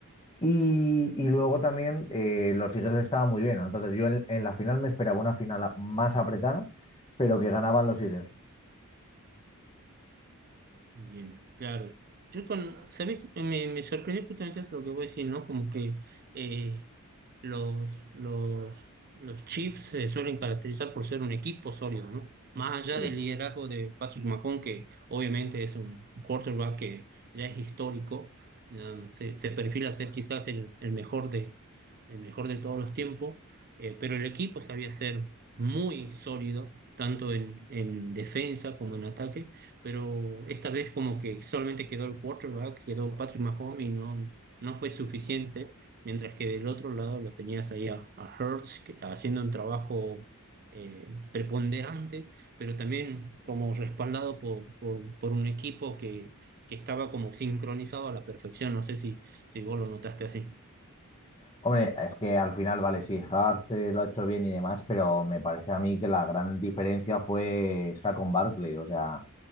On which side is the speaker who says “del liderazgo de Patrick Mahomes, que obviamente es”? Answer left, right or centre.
Right